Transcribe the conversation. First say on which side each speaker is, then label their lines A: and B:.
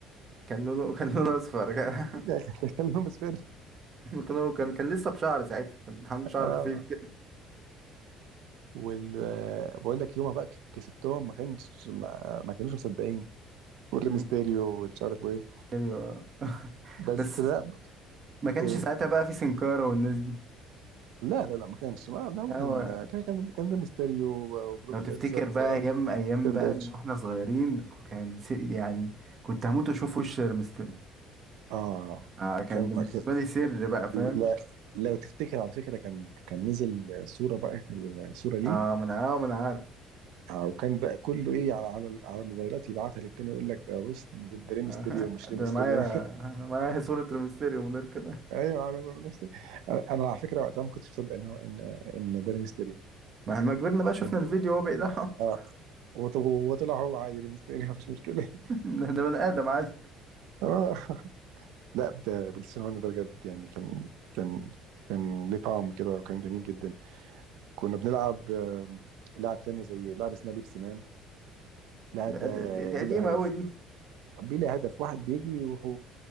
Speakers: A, on the right; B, on the right.
A: كان لونه كان لونه اصفر <laughs> كان
B: <laughs> كان لون اصفر
A: كان كان كان لسه بشعر ساعتها كان عنده شعر
B: اه
A: خفيف كده
B: وال بقول لك يومها بقى كسبتهم ما كانش ما, ما كانوش مصدقين والريمستيريو
A: مم.
B: ومش عارف ايه
A: ايوه <laughs>
B: بس
A: بس
B: لا
A: ما كانش
B: إيه
A: ساعتها بقى في سنكارة والناس دي
B: لا لا لا ما كانش ما ده هو
A: هو
B: كان كان كان كان ده ميستيريو وبروك
A: لو تفتكر
B: لينزر
A: بقى ايام ايام
B: وتريبل
A: بقى اللي
B: اتش
A: واحنا صغيرين كان س- يعني كنت هموت واشوف وش ريمستر
B: اه
A: آه كانت
B: كان
A: بالنسبة
B: ما كان
A: لي سر بقى فاهم
B: لا لو تفتكر على فكره كان كان نزل صوره بقى صوره ليه
A: اه ما انا اه ما انا عارف
B: آه، وكان بقى كله ايه على على على موبايلات يبعتها للتاني يقول لك ده بص ده ده ليه ميستيريو
A: آه <laughs>
B: مش
A: ده
B: ليه ميستيريو
A: انا معايا انا معايا صورة ريمستيريو من غير كده
B: <laughs> ايوه انا انا أنا على فكره وقتها ما كنتش مصدق ان هو ان ان ده ليه ميستيريو
A: مهما كبرنا بقى شفنا
B: ده
A: الفيديو وهو بيقلعه
B: اه
A: <laughs>
B: وط- وطلع هو عادي ليه ميستيريو مفيش مشكله <laughs>
A: ده ده بني ادم عادي
B: اه لا ب- بالسينما ده بجد يعني كان كان كان ليه طعم كده وكان جميل جدا كنا بنلعب آه، لعب تانية زي لعبة اسمها بيبسي مان لعبة
A: ده- ده- دي
B: بلا
A: قديمة
B: هدف
A: قوي دي
B: بلا هدف واحد بيجري وهو